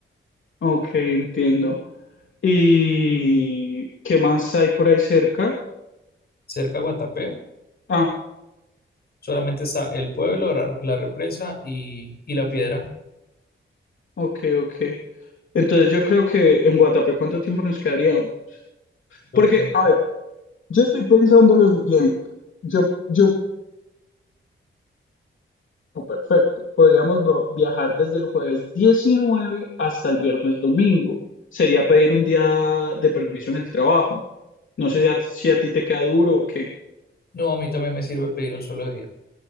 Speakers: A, on the left; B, on the left.
A: Ok, entiendo. ¿Y qué más hay por ahí cerca?
B: Cerca a Guatapé,
A: Ah,
B: Solamente está el pueblo, la, la represa y, y la piedra.
A: ok, ok. Entonces yo creo que en Guatapé, ¿cuánto tiempo nos quedaríamos?
B: Yo
A: Porque,
B: como-
A: a ver, yo estoy pensando lo siguiente. Yo, yo, oh, perfecto. Podríamos bro- viajar desde el jueves 19 hasta el viernes domingo. Sería pedir un día de permiso en el trabajo. No sé si a si a ti te queda duro o qué.
B: no, a mí también me sirve pedir un solo día.